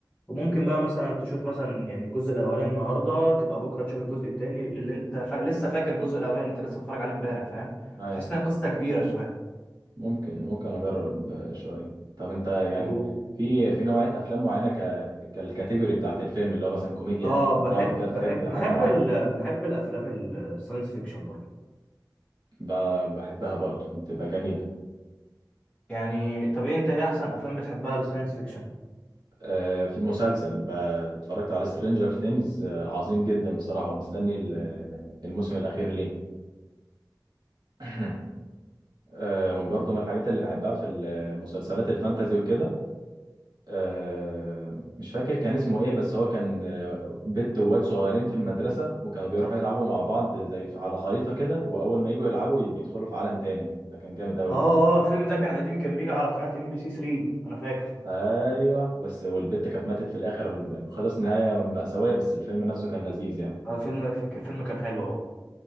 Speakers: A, on the left (about 15°); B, on the right (about 65°).
A: وممكن بقى مثلا تشوف مثلا يعني الجزء الاولاني النهارده تبقى بكره تشوف الجزء التاني اللي انت فا... لسه فاكر الجزء الاولاني انت لسه بتتفرج عليه امبارح فاهم
B: اي
A: تحس انها قصه كبيره شويه
B: ممكن ممكن اجرب شويه طب انت يعني
A: و...
B: في في نوعيه افلام معينه ك كالكاتيجوري بتاعت الفيلم اللي هو مثلا كوميديا
A: اه
B: اكشن
A: بحب
B: رعب كده بتحب
A: بحب
B: حاجه
A: بحب
B: معينه
A: ال... بحب الافلام الساينس فيكشن برضه
B: ب- بحبها برضو بتبقى جميله
A: يعني طب ايه انت ايه احسن افلام بتحبها للساينس فيكشن
B: آه، في مسلسل بقى اتفرجت على سترينجر ثينجز عظيم جدا بصراحة ومستني ال- آه، الموسم الأخير ليه <clears throat> آه، وبرضه من الحاجات اللي بحبها في المسلسلات الفانتازي وكده آه، مش فاكر كان اسمه ايه بس هو كان آه، بنت وواد صغيرين في المدرسة وكانوا بيروحوا يلعبوا مع بعض زي في- على خريطة كده وأول ما يجوا يلعبوا ي- بيدخلوا في عالم تاني ده كان جامد أوي
A: اه
B: برضه
A: اه الفيلم ده كان قديم كان بيجي على قناه ام بي سي 3 انا فاكر
B: ايوه بس والبت كانت ماتت في الاخر خلص نهايه مأساويه بس الفيلم نفسه كان لذيذ يعني
A: آه، الفيلم الفيلم كان حلو اه